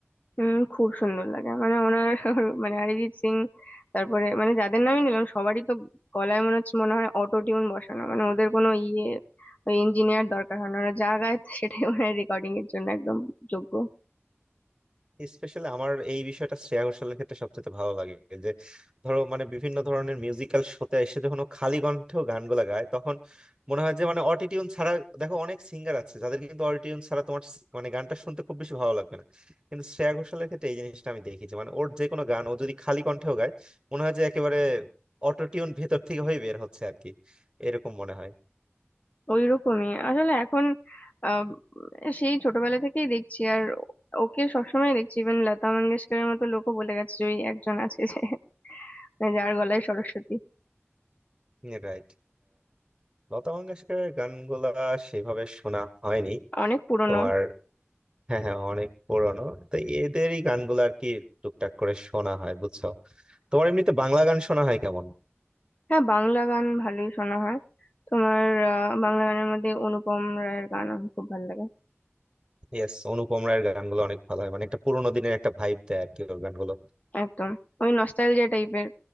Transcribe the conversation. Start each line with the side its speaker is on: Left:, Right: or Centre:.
Left: উম খুব সুন্দর লাগে মানে ওনার <laughs> মানে অরিজিৎ সিং তারপরে মানে যাদের নামই নিলাম সবারই তো গলায় মনে হচ্ছে মনে হয় অটো টিউন বসানো মানে ওদের কোনো ইয়ে ইঞ্জিনিয়ার দরকার হয় না ওরা যা গায় <laughs> সেটাই ওনার রেকর্ডিং এর জন্য একদম যোগ্য
Right: স্পেশালি আমার এই বিষয়টা শ্রেয়া ঘোষালের ক্ষেত্রে সবচেয়ে ভালো লাগে যে ধরো মানে বিভিন্ন ধরনের মিউজিক্যাল শোতে এসে যখন ও খালি কণ্ঠে গানগুলা গায় তখন মনে হয় যে মানে অটিটিউন ছাড়া দেখো অনেক সিঙ্গার আছে যাদের কিন্তু অটিটিউন ছাড়া তোমার স- মানে গানটা শুনতে খুব বেশি ভালো লাগবে না কিন্তু শ্রেয়া ঘোষালের ক্ষেত্রে এই জিনিসটা আমি দেখি যে মানে ওর যে কোনো গান ও যদি খালি কণ্ঠেও গায় মনে হয় যে একেবারে অটোটিউন ভেতর থেকে হয়ে বের হচ্ছে আর কি এরকম মনে হয়
Left: ওইরকমই আসলে এখন আহ, সেই ছোটবেলা থেকেই দেখছি আর ওকে সবসময় দেখছি ইভেন লতা মঙ্গেশকরের মতো লোকও বলে গেছে যে ওই একজন আছে যে মানে যার গলায় সরস্বতী
Right: রাইট লতা মঙ্গেশকরের গানগুলা সেভাবে শোনা হয়নি
Left: অনেক পুরনো
Right: তোমার হ্যাঁ হ্যাঁ অনেক পুরনো তো এদেরই গানগুলো আর কি টুকটাক করে শোনা হয় বুঝছো তোমার এমনিতে বাংলা গান শোনা হয় কেমন
Left: হ্যাঁ বাংলা গান ভালোই শোনা হয় তোমার আহ, বাংলা গানের মধ্যে অনুপম রায়ের গান আমার খুব ভালো লাগে
Right: ইয়েস অনুপম রায়ের গানগুলো অনেক ভালো হয় মানে একটা পুরোনো দিনের একটা ভাইব দেয় আর কি ওর গানগুলো
Left: একদম ওই নস্টালজিয়া টাইপের